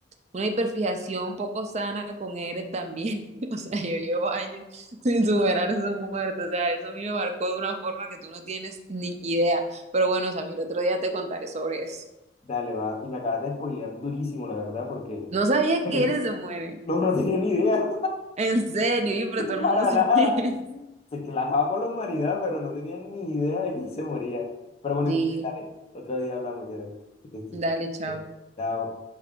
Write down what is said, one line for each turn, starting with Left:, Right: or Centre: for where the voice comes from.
Right: una hiperfijación poco sana con Eren también. <laughs> O sea, yo llevo años sin superar su muerte. O sea, eso a mí me marcó de una forma que tú no tienes ni idea. Pero bueno, Samir, otro día te contaré sobre eso.
Left: Dale, va. Y me acabas de spoilear durísimo, la verdad, porque
Right: No sabía
Left: <laughs>
Right: que eres se muere.
Left: no, no tenía ni idea.
Right: En serio, yo, pero
Left: <laughs>
Right: todo el
Left: Para
Right: mundo se
Left: nada.
Right: muere. <laughs>
Left: se que la acaba con la humanidad, pero no tenía ni idea de que él se moría. Pero bueno,
Right: Sí,
Left: si quieres, dale. Otro día hablamos, Gerald. Que estés
Right: dale, chao.
Left: bien. Chao.